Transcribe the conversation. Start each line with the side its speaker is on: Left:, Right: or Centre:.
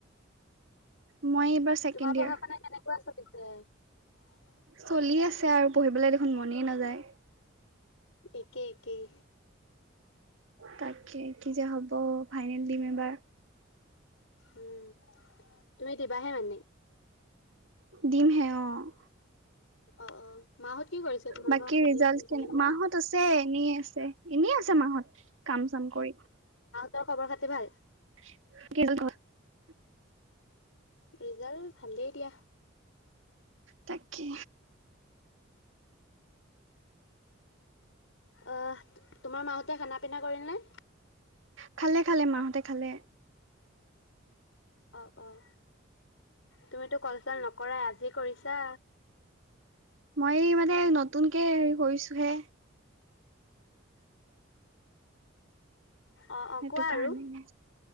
Right: মই এইবাৰ ছেকেণ্ড
Left: তোমাৰ পঢ়া
Right: ইয়াৰ।
Left: শুনা <unintelligible>
Right: চলি আছে আৰু, পঢ়িবলৈ দেখোন মনেই নাযায়।
Left: একেই একেই।
Right: তাকেই। কি যে হ'ব ফাইনেল দিম এবাৰ।
Left: উম তুমি দিবাহে মানে?
Right: দিম হে অ'।
Left: অ অ মাহত কি কৰিছে তোমাৰ
Right: বাকী
Left: মই সুধি
Right: ৰিজাল্ট
Left: আছো অথনিৰ
Right: কেনে?
Left: পৰা
Right: মাহত আছে, এনেই আছে, এনে আছে মাহত কাম চাম কৰি।
Left: ৰ খবৰ খাতি ভাল?
Right: <inaudible>
Left: ৰিজাল্ট ভালে দিয়া।
Right: তাকে
Left: উম। অ'। তোমাৰ মাহতে খানা পিনা কৰিল নে?
Right: খালে খালে মাহঁতে খালে।
Left: অ' অ' তুমিতো কলচল নকৰাই আজি কৰিছা।
Right: মই মানে নতুনকে হেৰি কৰিছোহে
Left: অ', অ',
Right: সেইটো
Left: কোৱা
Right: কাৰণেই।
Left: আৰু।